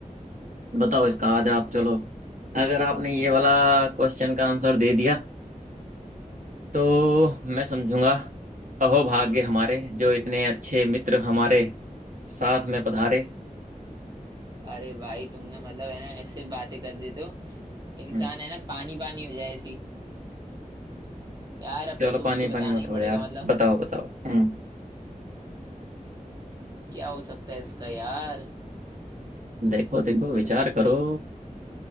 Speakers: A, on the right; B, on the right.
A: बताओ इसका आज आप चलो अगर आपने ये वाला
B: भाई-
A: क्वेश्चन का आंसर दे दिया तो मैं समझूंगा अहोभाग्य हमारे जो इतने अच्छे मित्र हमारे साथ में पधारे
B: अरे भाई तुमने मतलब है ना ऐसे बातें कर देते हो इंसान
A: हम्म
B: है ना पानी पानी हो जाए ऐसी यार अब
A: चलो
B: तो सोच
A: पानी
B: के बताना
A: पानी मत
B: ही
A: हो
B: पड़ेगा
A: यार
B: मतलब
A: बताओ बताओ हम्म
B: क्या हो सकता है इसका यार
A: देखो देखो
B: तुमने
A: विचार
B: तो बिल्कुल
A: करो